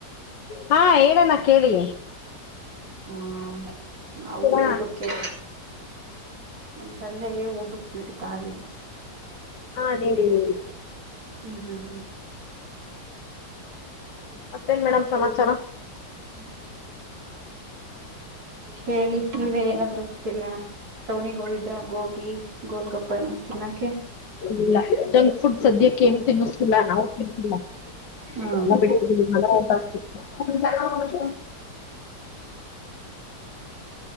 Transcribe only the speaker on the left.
ಹಾ ಹೇಳಣ ಕೇಳಿ
ಕೇಳಣ.
ಹಾ ನೀಡಿ ನೀಡಿ
ಮತ್ತೇನ್ ಮೇಡಮ್ ಸಮಾಚಾರ
ಇಲ್ಲ ಜಂಕ್ ಫುಡ್ ಸದ್ಯಕ್ಕೆ ಏನು ತಿನ್ನಸ್ಕಿಲ್ಲ ನಾವು ತಿಿಲ್ಲ
ಹ ಹಂಟಲ್ಲ